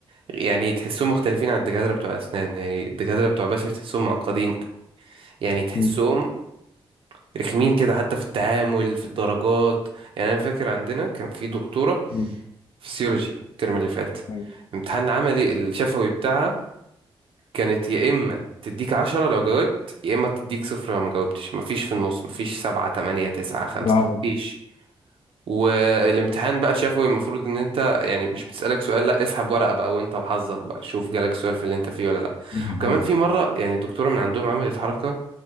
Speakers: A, on the right (about 65°); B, on the left (about 65°).
A: يعني تحسهم مختلفين عن الدكاترة بتوع أسنان يعني الدكاترة بتوع بشر تحسهم معقدين أوي يعني تحسهم
B: مم،
A: رخمين كده حتى في التعامل في الدرجات يعني أنا فاكر عندنا كان في دكتورة
B: مم،
A: فسيولوجي الترم اللي فات
B: أيوة.
A: امتحان عملي الشفوي بتاعها كانت يا إما تديك عشرة لو جاوبت يا إما تديك صفر لو ما جاوبتش مفيش في النص مفيش سبعة تمانية تسعة خمسة
B: العبط دي
A: مفيش والامتحان بقى شفوي المفروض ان انت يعني مش بتسألك سؤال لا اسحب ورقة بقى وانت وحظك بقى شوف جالك سؤال في اللي انت فيه ولا لا
B: مم.
A: وكمان في مرة يعني دكتورة من عندهم عملت حركة